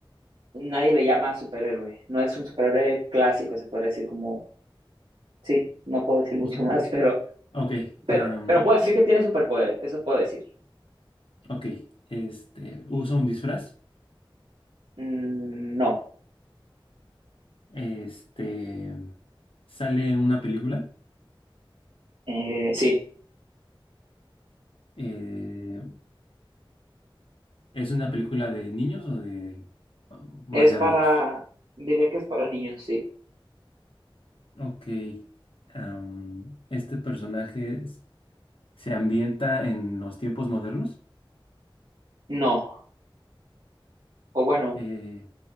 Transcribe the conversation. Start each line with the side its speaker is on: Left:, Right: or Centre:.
Right: nadie le llama superhéroe. No es un superhéroe clásico, se puede decir como, sí, no puedo decir mucho
Left: O sea,
Right: más, <laughs> pero,
Left: Ok,
Right: pero,
Left: am,
Right: pero puedo decir que tiene superpoderes, eso puedo decir.
Left: ok. Este, usa un disfraz.
Right: Mm, no,
Left: Este, sale en una película.
Right: Eh, sí,
Left: eh, ¿es una película de niños o de o más
Right: es
Left: de
Right: para,
Left: adultos?
Right: diría que es para niños, sí.
Left: Ok. am, este personaje es- se ambienta en los tiempos modernos.
Right: No, o bueno,
Left: Eh,